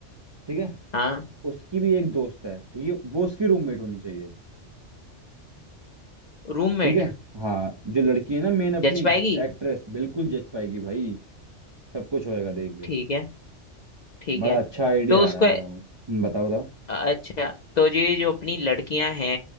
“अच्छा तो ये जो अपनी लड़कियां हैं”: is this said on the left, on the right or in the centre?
Left